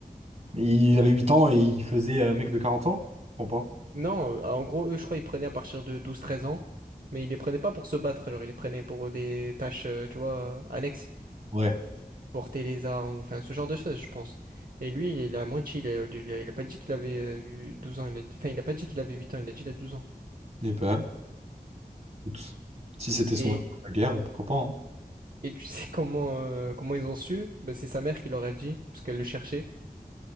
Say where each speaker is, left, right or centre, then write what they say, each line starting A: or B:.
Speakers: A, on the right; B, on the right.
A: Mais Il avait 8 ans et il faisait un mec de 40 ans? Je comprends pas.
B: Non, euh, en gros, eux, je crois, ils prenaient à partir de douze, treize ans, mais ils les prenaient pas pour se battre, genre, ils les prenaient pour des tâches, euh, tu vois, euh, annexes,
A: Ouais.
B: porter les armes, enfin, ce genre de choses, je pense. Et lui, il a menti, il a, il a- il a pas dit qu'il avait euh, eu 12 ans, il a, dit- enfin, il a pas dit qu'il avait 8 ans, il a dit qu'il a 12 ans.
A: et ben, écoute, si c'était son
B: Et,
A: rêve, la guerre, pourquoi pas, hein.
B: et tu sais <laughs> comment, euh, comment ils ont su? Ben, c'est sa mère qui leur a dit, parce qu'elle le cherchait.